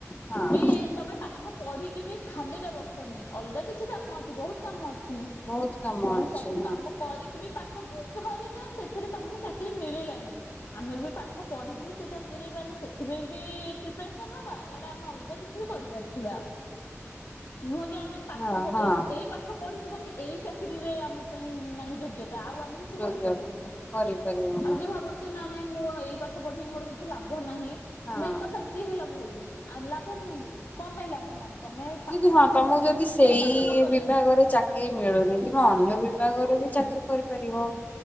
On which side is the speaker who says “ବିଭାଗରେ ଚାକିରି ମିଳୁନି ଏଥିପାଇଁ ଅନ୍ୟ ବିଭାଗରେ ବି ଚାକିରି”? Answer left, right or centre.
Left